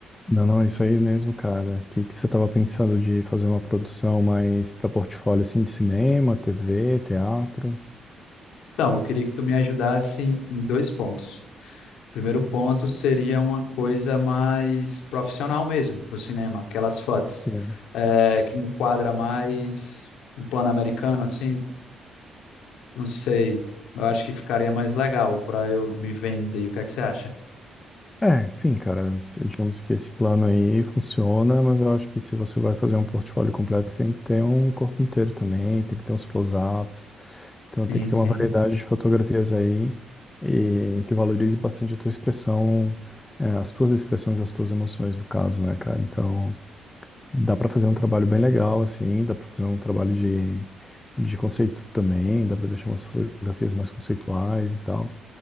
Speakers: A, on the left; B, on the left.
A: Não, não, é isso aí mesmo, cara. O que que você tava pensando de fazer uma produção mais pra portfólio assim de cinema, TV, teatro?
B: Então, eu queria que tu me ajudasse em em dois pontos. O primeiro ponto seria uma coisa mais profissional mesmo para o cinema, aquelas fotos
A: Sim.
B: eh, que enquadra mais um plano americano, assim, não sei, eu acho que ficaria mais legal para eu me vender. O que é que você acha?
A: É, sim, cara. se- Digamos que esse plano aí funciona, mas eu acho que se você vai fazer um portfólio completo, tem que ter um corpo inteiro também, tem que ter uns close-ups, então tem
B: Sim,
A: que ter
B: sim.
A: uma variedade de fotografias aí e que valorize bastante a tua expressão, é, as tuas expressões, as tuas emoções, no caso, né, cara? Então. Dá para fazer um trabalho bem legal, assim, dá para fazer um trabalho de, de conceito também, dá para deixar umas fotografias mais conceituais e tal.